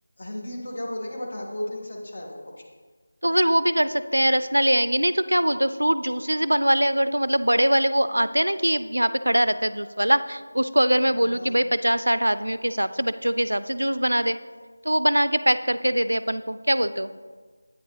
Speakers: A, on the left; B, on the right.
A: हेल्दी तो क्या बोलेंगे बट हाँ कोल्ड ड्रिंक से अच्छा है वो
B: तो फिर वो भी कर सकते हैं रसना ले आएंगे नहीं तो क्या बोलते हो फ्रूट जूसेस ही बनवा ले अगर तो मतलब बड़े वाले वो आते हैं ना कि यहाँ पे खड़ा रहता है जूस वाला उसको अगर मैं बोलूँ
A: ऑप्शन
B: कि भाई पचास साठ आदमियों के हिसाब से बच्चों के हिसाब से जूस बना दे तो वो बना के पैक करके दे दे अपन को क्या बोलते हो